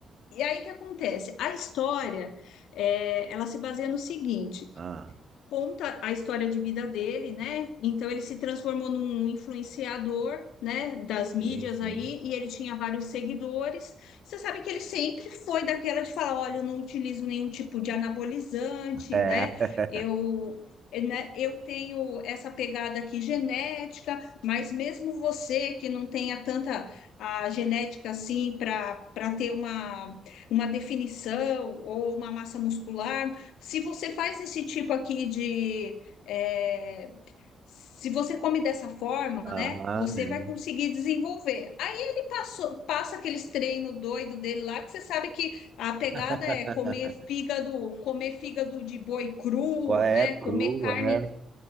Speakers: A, on the left; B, on the right.
A: E aí o que acontece? A história, é, ela se baseia no seguinte.
B: Ah,
A: conta a história de vida dele, né? Então ele se transformou num influenciador, né, das mídias
B: sim, sim.
A: aí, e ele tinha vários seguidores. Você sabe que ele sempre foi daquela de falar, olha, eu não utilizo nenhum tipo de anabolizante,
B: É.
A: né?
B: <laughs>
A: Eu eh, Né? Eu tenho essa pegada aqui genética, mas mesmo você que não tenha tanta a genética assim para para ter uma, uma definição ou uma massa muscular, se você faz esse tipo aqui de. é, se você come dessa forma, né?
B: Aham,
A: Você
B: é.
A: vai conseguir desenvolver. Aí ele passou, passa aqueles treinos doido dele lá, que você sabe que a pegada
B: <laughs>
A: é comer fígado, comer fígado de boi cru,
B: Qual é?
A: né?
B: Cru,
A: Comer carne,
B: é.